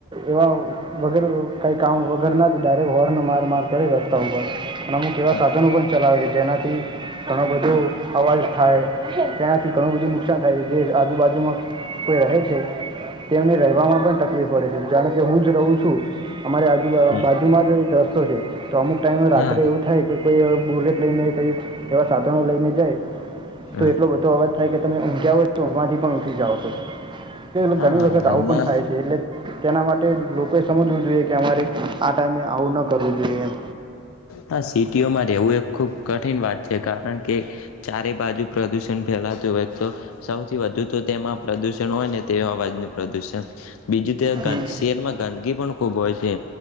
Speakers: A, on the right; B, on the left.
A: એવા વગર કઈ કામ વગરના જ ડાયરેક્ટ હોર્ન માર માર કરી રસ્તા ઉપર નમ કે એવા
B: હા
A: સાધન બી પણ ચલા વે છે તેનાથી ઘણો બધો અવાજ થાય તેનાથી ઘણું બધું નુકસાન થાય જે આજુબાજુમાં કોઈ રહે છે તેમને રહેવામાં પણ તકલીફ પડે છે જાણ કે હું જ રહું છું. અમારે આજુબાજુમાં
B: હા
A: જ એક ટ્રસ્ટ છે તો અમુક ટાઈમ રાત્રે
B: હા
A: એવું થાય કે કોઈ બુલેટ લઈને કઈ એવા સાધનો લઈને જાય
B: હા
A: તો એટલો બધો અવાજ થાય કે તમે ઊંઘ્યા હોય તો ઊંઘમાંથી પણ ઉઠી જાઓ તો ઘણી
B: હા હા,
A: વખત
B: આમાં
A: આવું પણ થાય છે એટલે તેના માટે લોકોએ સમજવું જોઈએ કે અમારે આ ટાઈમે આવું ના કરવું જોઈએ એમ.
B: હા સિટીઓમાં રહેવું એક ખુબ કઠિન વાત છે કાર કારણ કે ચારે બાજુ પ્રદુષણ ફેલાતું હોય તો સૌથી વધુ તો તેમાં પ્રદુષણ હોય ને તે અવાજનું પ્રદુષણ બીજું તે
A: હમ
B: ગ શેરમાં ગંદકી પણ ખૂબ હોય છે.